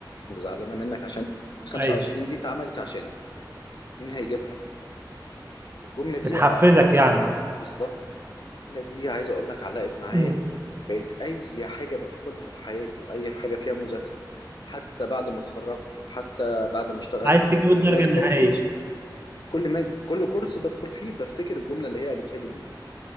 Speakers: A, on the left; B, on the right.
A: أنا زعلانه منك عشان 25
B: ايوه
A: دي اتعملت عشانك مين هيجيبها الجمله دي
B: بتحفزك
A: آه،
B: يعني
A: بالظبط الجمله دي عايز اقول لك علقت معايا
B: امم
A: بقيت اي حاجه بدخلها في حياتي واي حاجه فيها مذاكره حتى بعد ما اتخرجت وحتى بعد ما اشتغلت
B: عايز تجيب
A: لما
B: الدرجه
A: باجي ادخل
B: النهائيه
A: كورس كل ما كل كورس بدخل فيه بفتكر الجمله اللي هي قالتها لي دي